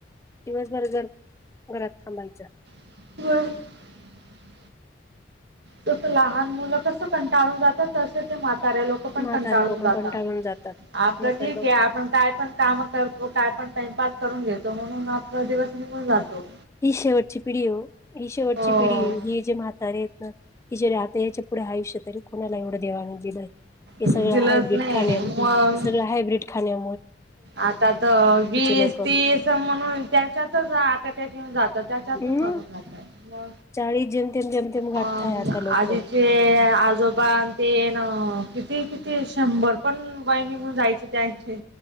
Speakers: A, on the left; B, on the right.
A: दिवसभर जर घरात थांबायचं....
B: ब <unintelligible> तस लहान मुलं कस कंटाळून जातात तस ते मात.... से लोक पण
A: म्हातारे
B: कंटाळून
A: लोक
B: जातात.
A: कंटाळून जातात
B: आपलं
A: म्हातारे
B: ठीक
A: लोक
B: आहे आपण काय पण काम करतो काय पण... टाइम पास करून घेतो म्हणून आप दिवस निघून जातो.
A: ही शेवटची पिढी ही शेवटची
B: हो
A: पिढी ही जे म्हातारे आहेत ना.. हि राहत यांच्या पुढे आयुष्यात... तरी कोुणाला एवढं देवाण दिलं हे
B: दिलंच
A: सगळं हायब्र्रीड
B: नाही
A: खाण्या
B: मग
A: सगळं हायब्रीड खाण्या.....
B: आता तर वीस
A: लोक
B: तीस म्हणून त्यांच्यातच आता.... जात त्याच्यातून
A: हम्
B: मरून जात म...
A: चाळीस जेमतेम जेमतेम
B: अ
A: गाठताय आता लोक
B: आधीचे आजोबा ते ना... किती किती शंभर पण बहि निघून जायचे त्याचे....